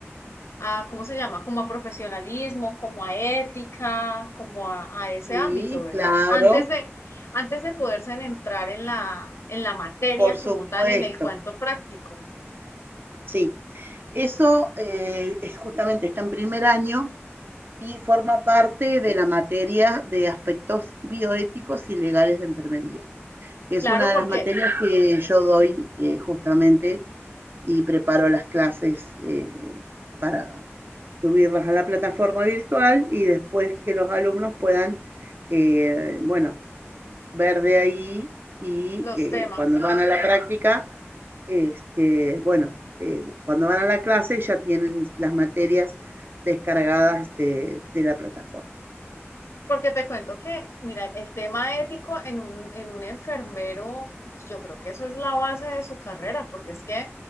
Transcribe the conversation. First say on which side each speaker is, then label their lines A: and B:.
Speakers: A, on the left; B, on the right.
A: a, ¿cómo se llama? Como a profesionalismo, como a ética, como a, a ese
B: sí,
A: ámbito, ¿verdad?
B: claro,
A: Antes de, antes de poderse entrar en la, en la materia
B: por supuesto,
A: como tal, en el cuento práctico.
B: sí. Eso eh, es justamente está en primer año y forma parte de la materia de aspectos bioéticos y legales de enfermería. Es
A: Claro,
B: una de
A: porque
B: las materias que yo doy eh, justamente y preparo las clases eh, para subirlas a la plataforma virtual y después que los alumnos puedan, eh, bueno, ver de ahí y
A: los
B: eh,
A: temas.
B: cuando van a la práctica, este, bueno, eh, cuando van a la clase ya tienen las materias descargadas de, de la plataforma.
A: Porque te cuento que, mira, el tema ético en un, en un enfermero, pues, yo creo que eso es la base de su carrera, porque es que,